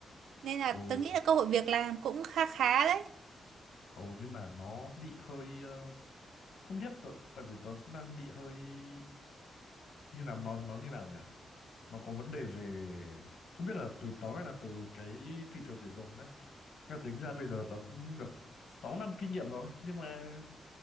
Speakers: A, on the right (about 85°); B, on the left (about 75°).
A: Nên là
B: ồ
A: tớ nghĩ là cơ hội việc làm cũng khá khá đấy.
B: ồ nhưng mà nó bị hơi ờ, không biết tại tại vì nó cũng đang bị hơi như là nó nó như nào nhỉ nó có vấn đề về không biết là từ tớ hay là từ cái thị trường tuyển dụng đấy nhưng mà tính ra bây giờ tớ cũng được 6 năm kinh nghiệm rồi nhưng mà